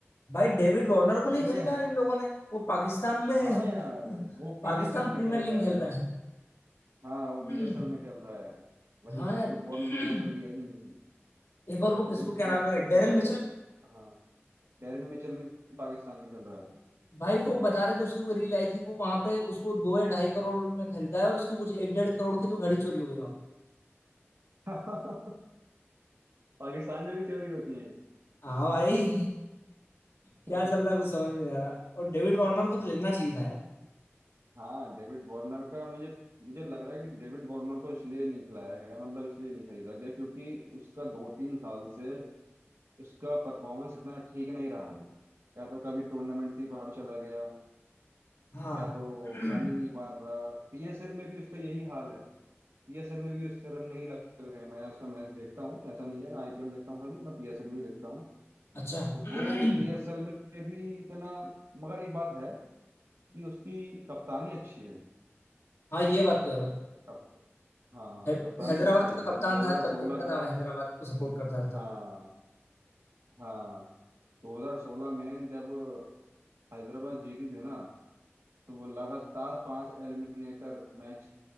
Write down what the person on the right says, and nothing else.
जितने
हाँ यार
वो
पीएसएल
में खेल रहा
है
हाँ वो
पीएसएल में खेल रहा है वही
डेविड वार्नर
को तो लिया ही नहीं
कितने कितने
अच्छे
प्लेयर
हाँ डेरिन मिचेल भी पाकिस्तान में खेल रहा है
<laughs> पाकिस्तान में भी चोरी होती है
<laughs>
हाँ डेविड वार्नर का मुझे मुझे लग रहा है कि डेविड वार्नर को इसलिए नहीं खिलाया गया मतलब इसलिए नहीं खरीदा गया क्योंकि उसका दो तीन साल से उसका परफॉर्मेंस इतना ठीक नहीं रहा है या तो कभी टूर्नामेंट से ही बाहर चला गया
या तो
रन ही नहीं मार रहा पीएसएल में भी उसका यही हाल है पीएसएल में भी उससे रन नहीं लग रहे हैं मैं उसका मैच देखता हूँ ऐसा नहीं है आईपीएल देखता हूँ खाली मैं पीएसएल भी देखता हूँ
तो
वो
पीएसएल में भी इतना मगर एक बात है कि उसकी कप्तानी अच्छी
है हाँ
कप्तानी
अच्छी है
जब
2016
का
हाँ
हाँ 2016 में जब हैदराबाद जीती थी ना तो वो लगातार पांच एलिमिनेटर मैच